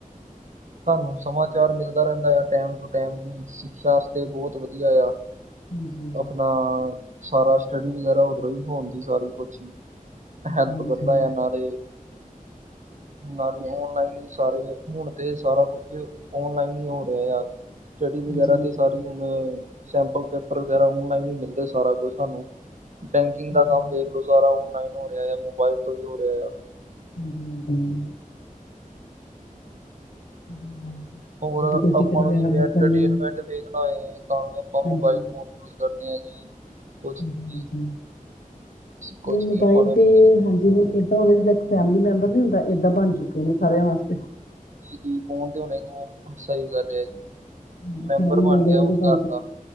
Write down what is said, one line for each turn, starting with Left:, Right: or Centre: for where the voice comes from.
Right: ਸਾਨੂੰ ਸਮਾਚਾਰ ਮਿਲਦਾ ਰਹਿੰਦਾ ਆ ਟੈਮ ਟੂ ਟਾਈਮ ਸ਼ਿਕਸ਼ਾ ਵਾਸਤੇ ਬਹੁਤ ਵਧੀਆ ਆ।
Left: ਹਾਂਜੀ,
Right: ਆਪਣਾ ਸਾਰਾ ਸਟੱਡੀ ਵਗੈਰਾ ਉਧਰੋਂ ਹੀ ਹੋਣ ਦੀ ਸਾਰੀ ਕੁਛ ਈ।
Left: ਹਾਂਜੀ-ਹਾਂਜੀ,
Right: ਹੈਲਪ ਕਰਦਾ ਆ ਨਾਲੇ, ਨਾਲੇ ਔਨਲਾਈਨ ਹੀ ਸਾਰੇ ਹੁਣ ਤੇ ਸਾਰਾ ਕੁਛ ਓਨਲਾਈਨ ਹੀ ਹੋ ਰਿਹਾ ਆ ਸਟੱਡੀ
Left: ਹਾਂਜੀ-ਹਾਂਜੀ,
Right: ਵਗੈਰਾ ਤੇ ਸਾਰੀ
Left: ਹਾਂਜੀ, ਹਾਂਜੀ-ਹਾਂਜੀ।
Right: ਹੁਣ ਸੈਂਪਲ ਪੇਪਰ ਵਗੈਰਾ ਔਨਲਾਈਨ ਹੀ ਮਿਲਦੇ ਸਾਰਾ ਕੁਝ ਸਾਨੂੰ ਬੈਂਕਿੰਗ
Left: ਹਾਂਜੀ,
Right: ਦਾ ਕੰਮ ਦੇਖ ਲਓ। ਸਾਰਾ ਔਨਲਾਈਨ ਹੋ ਰਿਹਾ ਆ ਮੋਬਾਇਲ ਤੋਂ ਹੀ ਹੋ ਰਿਹਾ ਆ।
Left: ਹਾਂਜੀ-ਹਾਂਜੀ <unintelligible>
Right: ਹੋਰ
Left: ਕੋਈ
Right: ਆਪਾਂ
Left: ਟਿਕਟ
Right: ਨੂੰ
Left: ਵਗੈਰਾ
Right: ਜਿਵੇਂ
Left: ਬੁੱਕ
Right: ਇਟਰਟੇਨਮੈਂਟ
Left: ਕਰਨੀ
Right: ਵੇਖਣਾ ਹੈ ਤਾਂ ਵੀ ਆਪਾਂ
Left: ਹਾਂਜੀ,
Right: ਮੋਬਾਇਲ ਫੋਨ ਯੂਜ ਕਰਦੇ ਹਾਂ ਜੀ। ਕੁਛ
Left: ਹਾਂਜੀ-ਹਾਂਜੀ
Right: ਵੀ ਕੁਛ
Left: ਮੋਬਾਇਲ
Right: ਵੀ ਆਪਾਂ ਨੇ
Left: ਤੇ
Right: ਮਤਲਬ
Left: ਹਾਂਜੀ ਹੁਣ ਏਦਾਂ ਹੋ ਗਿਆ ਜੀਦਾ ਫੈਮਿਲੀ ਮੈਂਬਰ ਨੀ ਹੁੰਦਾ ਏਦਾਂ ਬਣ ਚੁੱਕੇ ਨੇ ਸਾਰਿਆਂ ਵਾਸਤੇ।
Right: <unintelligible> ਕਰ ਰਿਹਾ ਜੀ
Left: ਹਾਂਜੀ,
Right: ਮੈਂਬਰ
Left: ਫੈਮਿਲੀ
Right: ਬਣ ਗਿਆ
Left: ਵਾਂਗੂ
Right: ਹੁਣ
Left: ਬਣ
Right: ਘਰ
Left: ਚੁੱਕੇ
Right: ਦਾ।